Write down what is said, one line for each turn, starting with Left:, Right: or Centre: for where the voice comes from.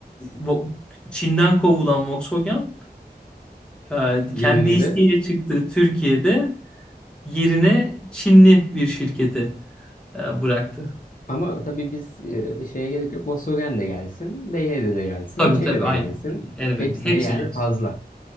Centre: Vo- Çin'den kovulan Volkswagen Ee,
Left: Yerini
Centre: Kendi isteğiyle
Left: de
Centre: çıktığı Türkiye'de yerine Çinli bir şirketi e, bıraktı.
Left: ama tabii biz e, şeye gerek yok. Volkswagen de gelsin. Beyh'de de gelsin.
Centre: Tabii
Left: Şeyde
Centre: tabii
Left: de
Centre: aynı.
Left: gelsin.
Centre: Elbette.
Left: Hepsine
Centre: Hepsi
Left: yer
Centre: gelsin.
Left: fazla.